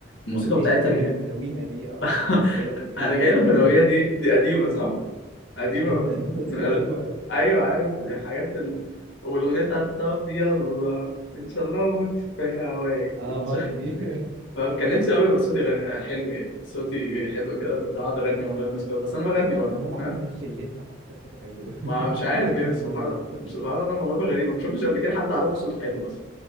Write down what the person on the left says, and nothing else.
الموسيقى
بتاعتها
ج-
<laughs>
انا
جاي لك
الاغنيه دي دي قديمه صح
قديمه
بس
من أل...
ايوه عارف دي حاجات ال... والاغنيه بتاعت طب يلا ان شاء الله اموت في هواك
ان
شاء
<laughs> الله كان نفسي قوي يبقى صوتي غ... حلو يعني صوتي حلو كده كنت هقعد اغني والله الناس كده بس انا بغني
برضه
فاهم
ما مش عارف
يعني
سبحان
الله سبحان الله موهبه غريبه ما شفتش قبل كده حد اعرفه صوته حلو اصلا